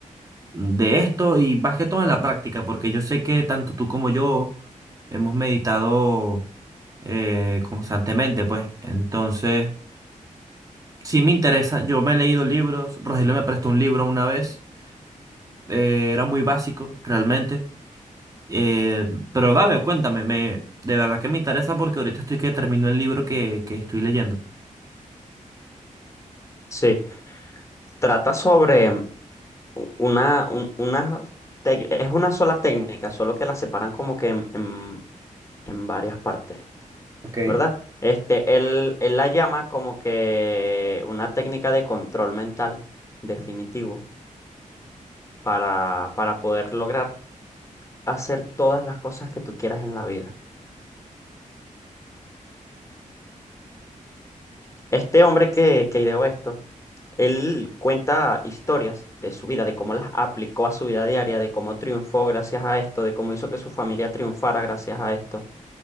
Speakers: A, on the right; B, on the left.
A: de esto y más que todo en la práctica, porque yo sé que tanto tú como yo hemos meditado eh, constantemente, pues entonces sí me interesa, yo me he leído libros, Rogelio me prestó un libro una vez. eh, era muy básico, realmente. Eh, pero dale, cuéntame, me, de verdad que me interesa porque ahorita estoy que termino el libro que, que estoy leyendo.
B: Sí, trata sobre u- una, un- una tec- es una sola técnica, solo que la separan como que en en- en varias partes.
A: Ok.
B: ¿verdad? Este, él, él la llama como que una técnica de control mental definitivo para, para poder lograr hacer todas las cosas que tú quieras en la vida. Este hombre que, que ideó esto, él cuenta historias de su vida, de cómo las aplicó a su vida diaria, de cómo triunfó gracias a esto, de cómo hizo que su familia triunfara gracias a esto,